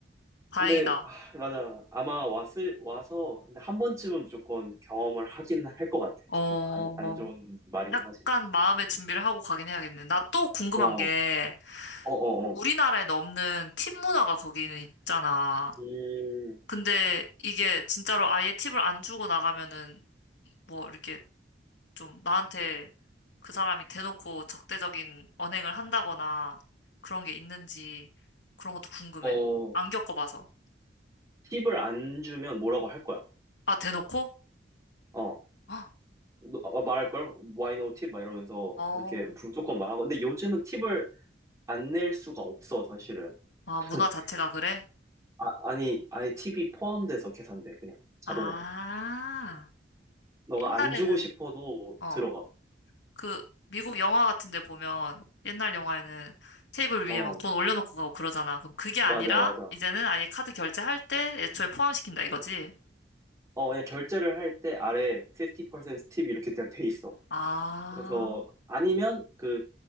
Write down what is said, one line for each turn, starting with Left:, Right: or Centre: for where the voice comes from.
Left: 다행이다.
Right: 근데 아, 맞아 아마 왔을 와서 근데 한 번쯤은 무조건 경험을 하긴 할 것 같아.
Left: 어,
Right: 참 안, 안 좋은 말이긴
Left: 약간
Right: 하지만.
Left: 마음의 준비를 하고 가긴 해야겠네. 나 또 궁금한
Right: 어, 어,
Left: 게
Right: 어, 어.
Left: 우리나라에는 없는 팁 문화가 거기는 있잖아.
Right: 음,
Left: 근데 이게 진짜로 아예 팁을 안 주고 나가면은 뭐 이렇게 좀 나한테 그 사람이 대놓고 적대적인 언행을 한다거나 그런 게 있는지 그런 것도 궁금해.
Right: 어,
Left: 안 겪어봐서.
Right: 팁을 안 주면 뭐라고 할 거야.
Left: 아, 대놓고?
Right: 어.
Left: 어,
Right: 너- 아, 말할걸? Why no tip? 막 이러면서
Left: 어.
Right: 이렇게 무조건 말하고. 근데 요즘은 팁을 안 낼 수가 없어, 사실은.
Left: 아,
Right: <laughs>
Left: 문화 자체가 그래?
Right: 아, 아니, 아예 팁이 포함돼서 계산돼, 그냥. 자동으로.
Left: 아,
Right: 너가
Left: 옛날에는,
Right: 안 주고 싶어도
Left: 어.
Right: 들어가.
Left: 그 미국 영화 같은 데 보면 옛날 영화에는 테이블
Right: 어,
Left: 위에 막 돈 올려놓고 가고 그러잖아. 그럼 그게
Right: 맞아,
Left: 아니라
Right: 맞아.
Left: 이제는 아예 카드 결제할 때 애초에 포함시킨다 이거지?
Right: 어, 그냥 결제를 할 때 아래 50%팁 이렇게 그냥 돼 있어.
Left: 아,
Right: 그래서, 아니면 그,